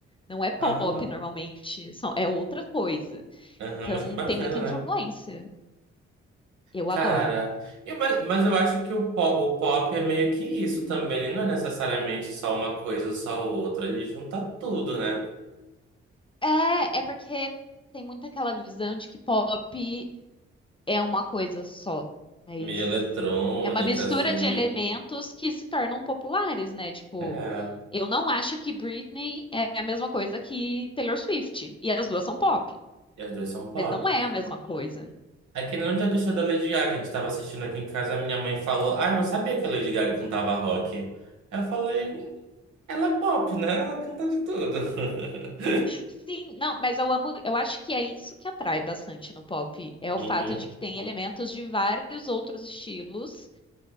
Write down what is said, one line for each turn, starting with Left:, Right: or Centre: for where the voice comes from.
Left: não é pop
Right: Ah,
Left: normalmente, são- é outra coisa.
Right: aham,
Left: Então
Right: mas que bacana,
Left: tem muita influência.
Right: né?
Left: Eu
Right: Cara,
Left: adoro.
Right: e, mas, mas eu acho que o pop, o pop é meio que isso também. Ele não é necessariamente só uma coisa ou só outra. Ele junta tudo, né?
Left: É, é porque tem muito aquela visão de que pop. é uma coisa só, mas
Right: Meio eletrônica,
Left: é uma mistura
Right: assim.
Left: de elementos que se tornam populares, né? Tipo,
Right: É,
Left: eu não acho que Britney é a mesma coisa que Taylor Swift, e as duas são pop,
Right: e as duas são pop.
Left: mas não é a mesma coisa.
Right: É que nem no dia do show da Lady Gaga, que a gente tava assistindo aqui em casa, a minha mãe falou: Ah, eu não sabia que a Lady Gaga cantava rock. Aí eu falei: Ela é pop, né? Ela canta de tudo. <laughs>
Left: Sim, não, mas eu amo, eu acho que é isso que atrai bastante no pop, é o
Right: Uhum.
Left: fato de que tem elementos de vários outros estilos